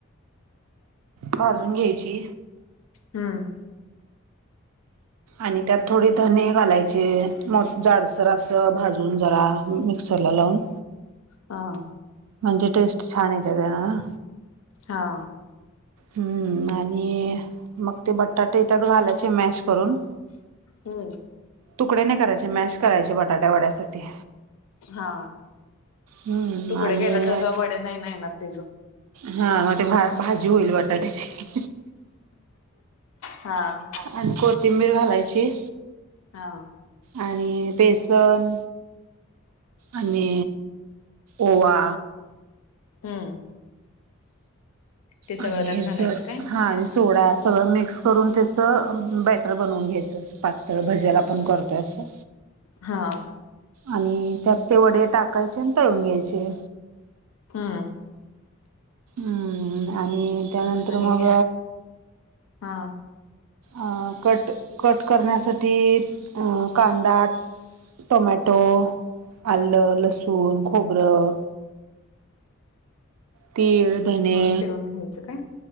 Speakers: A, on the right; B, on the left.
A: भाजून घ्यायची.
B: हम्म.
A: आणि त्यात थोडी धने घालायचे मो जाडसर असं भाजून जरा मिक्सरला लावून
B: हा
A: म्हणजे टेस्ट छान येते त्याला ना.
B: हा
A: हम्म आणि मग ते बटाटे त्यात घालायचे मॅश करून
B: हम्म
A: तुकडे नाही करायचे मॅश करायचे बटाट्या वड्यासाठी
B: हा
A: हम्म
B: तुकडे
A: आणि
B: गेला जरा वडे नाही नाही येणार तेज
A: हा म ते भा भाजी होईल बटाट्याची
B: हा.
A: आणि कोथिंबीर घालायची
B: हा
A: आणि बेसन आणि ओवा
B: हम्म. ते सगळं
A: आणि
B: त्यात
A: हेच
B: घालायचं काय?
A: हा आणि सोडा सगळं मि क्स करून त्याच बॅटर बनवून घ्यायच असं पातळ भज्याला आपण करतोय असं
B: हा.
A: आणि त्यात ते वडे टाकायचे आणि तळून घ्यायचे.
B: हां.
A: उम आणि त्यानंतर
B: आणि
A: मग
B: हा
A: आं कट कट अ करण्यासाठी कांदा टोमॅटो, आलं, लसूण, खोबरं तीळ धने
B: सगळं चिरून घ्यायचं काय?